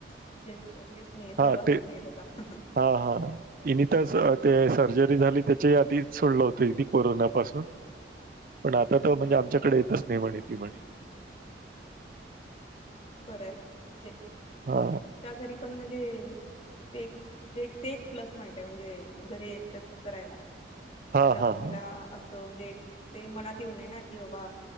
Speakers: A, on the left (about 35°); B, on the right (about 50°).
A: म्हणजे हेच नाही
B: हा
A: सहवासच
B: ते
A: नाही आहे त्याचा
B: हा हा इन तर ते सर्जरी झाली त्याच्या याधीच सोडलं होतं कोरोनापासून
A: अच्छा हा
B: पण आता तर म्हणजे आमच्याकडे येतच नाही म्हणे ती म्हणे
A: ह् बरं आहे म्हणे
B: हा
A: च्या घरी पण म्हणजे तेेक म्हणजे टे एक प्लस पॉइंट आहे म्हणजे घरी क्सेप्ट करायला
B: हा
A: तुमच्या
B: हा
A: मम्मीला
B: हा
A: असं म्हणजे ते मनात येऊ ने ना की बाबा